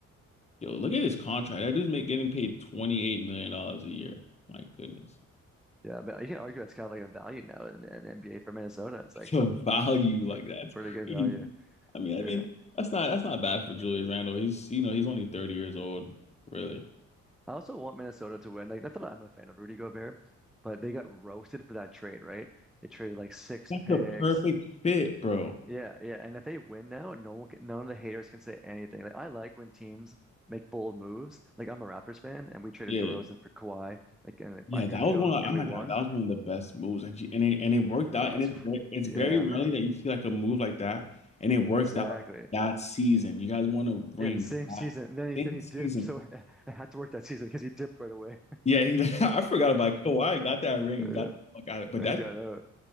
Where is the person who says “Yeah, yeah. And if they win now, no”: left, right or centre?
Centre